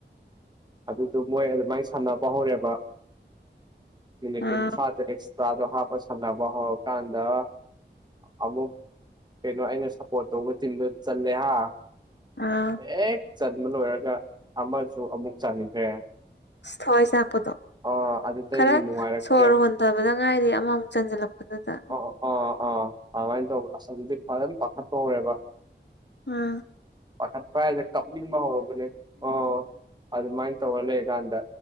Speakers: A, on the right; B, on the left.
A: ꯑꯗꯨꯗꯣ ꯃꯣꯏ ꯑꯗꯨꯃꯥꯏꯅ ꯁꯥꯟꯅꯕ ꯍꯧꯔꯦꯕ ꯃꯤꯅꯤꯠ
B: ꯑꯥ
A: ꯀꯨꯟ ꯑꯦꯛꯁꯇ꯭ꯔꯥꯗꯣ ꯍꯥꯞꯄ ꯁꯥꯟꯅꯕ ꯍꯧꯔꯀꯥꯟꯗ ꯑꯃꯨꯛ ꯀꯩꯅꯣ ꯑꯩꯅ ꯁꯞꯄꯣꯔꯠ ꯇꯧꯕ ꯇꯤꯟꯗꯨ ꯆꯜꯂꯦ ꯍꯥ
B: ꯑꯥ
A: ꯍꯦꯛ ꯆꯟꯕ ꯂꯣꯏꯔꯒ ꯑꯃꯁꯨ ꯑꯃꯨꯛ ꯆꯟꯈ꯭ꯔꯦ
B: ꯁꯣꯏ ꯆꯄꯗꯣ
A: ꯑꯥ ꯑꯗꯨꯗꯒꯤ
B: ꯈꯔ
A: ꯅꯨꯡꯉꯥꯏꯔꯛꯇ꯭ꯔꯦ
B: ꯁꯣꯔ ꯍꯣꯟ ꯐꯠꯇꯕꯗ ꯉꯥꯏꯔꯤꯦ ꯑꯃꯃꯨꯛ ꯆꯟꯁꯤꯜꯂꯛꯄꯗꯨꯗ
A: ꯑꯥ ꯑꯥ ꯑꯥ ꯑꯗꯨꯃꯥꯏꯅ ꯇꯧꯕ ꯑꯁ ꯍꯧꯛ ꯐꯖꯅ ꯄꯥꯈꯠꯄ ꯍꯧꯔꯦꯕ
B: ꯎꯝ
A: ꯄꯥꯈꯠꯄ ꯍꯥꯏꯁꯦ ꯀꯞꯅꯤꯡꯕ ꯍꯧꯔꯕꯅꯦ ꯑꯣ ꯑꯗꯨꯃꯥꯏꯅ ꯇꯧꯔ ꯂꯩꯔꯀꯥꯟꯗ